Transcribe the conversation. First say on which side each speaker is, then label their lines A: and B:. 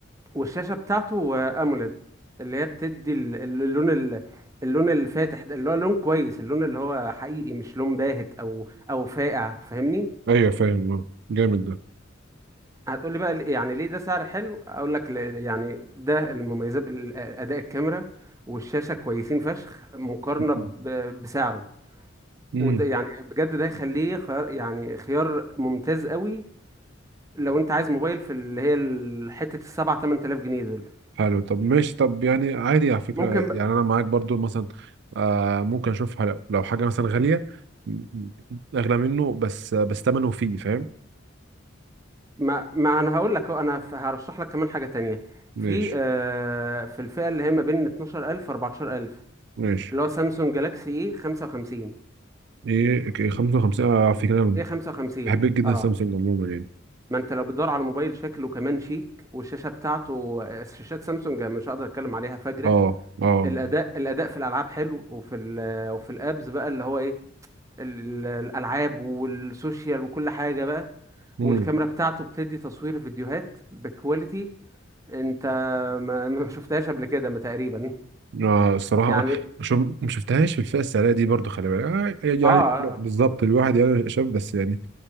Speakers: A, on the right (about 15°); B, on the right (about 60°).
A: والشاشة بتاعته أموليد اللي هي بتدي ال- ال- اللون ال- اللون الفاتح ده اللي هو لون كويس اللون اللي هو حقيقي مش لون باهت أو أو فاقع فاهمني؟
B: ايوه فاهم آه. جامد ده
A: هتقولي بقى ليه- يعني ليه ده سعر حلو؟ أقول لك ل- يعني ده المميزات بأداء الكاميرا والشاشة كويسين فشخ مقارنة
B: مم.
A: ب- بسعره
B: امم
A: وده يعني بجد ده يخليه خيار يعني خيار ممتاز قوي لو انت عايز موبايل في اللي هي ال- حتة السبعة تمن تلاف جنيه دول
B: حلو طب ماشي طب يعني عادي على فكره
A: ممكن
B: يعني انا معاك برضو مثلا آه ممكن اشوف حل- لو حاجه مثلا غاليه م- م- اغلى منه بس بس ثمنه فيه فاهم
A: ما ما انا هقول لك أهو، انا ف- هرشح لك كمان حاجه تانية
B: ماشي
A: في آه في الفئه اللي هي ما بين 12000 14000
B: ماشي
A: اللي هو سامسونج جالاكسي ايه 55
B: ايه إيه، 55 آه، على فكره انا
A: ايه 55
B: بحب جدا
A: اه
B: سامسونج عموما يعني
A: ما انت لو بتدور على موبايل شكله كمان شيك والشاشه بتاعته آه، شاشات سامسونج يعني مش هقدر اتكلم عليها فجره
B: اه اه
A: الاداء الاداء في الالعاب حلو وفي ال وفي الابز بقى اللي هو ايه ال- الالعاب والسوشيال وكل حاجه بقى
B: امم
A: والكاميرا بتاعته بتدي تصوير فيديوهات بكواليتي انت ما ما شفتهاش قبل كده ما تقريبا
B: آه الصراحة
A: يعني
B: شوف ما شفتهاش في الفئة السعرية دي برضو خلي بالك آه يعني
A: اه آه.
B: بالظبط الواحد يعني شاف بس يعني